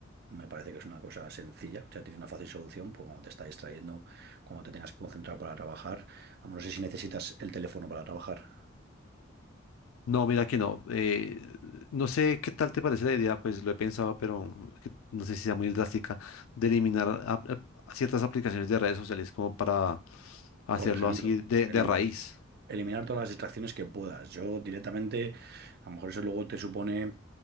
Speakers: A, on the right; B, on the left.
A: Me parece que es una cosa sencilla, o sea, tiene una fácil solución, porque cuando te está distrayendo, cuando te tengas que concentrar para trabajar, a no sé si necesitas el teléfono para trabajar,
B: No, mira que no. eh, no sé qué tal te parece la idea, pues lo he pensado, pero que no sé si sea muy drástica, de eliminar a- a ciertas aplicaciones de redes sociales como para hacerlo
A: por ejemplo.
B: así de,
A: el,
B: de raíz.
A: eliminar todas las distracciones que puedas. Yo directamente, a lo mejor eso luego te supone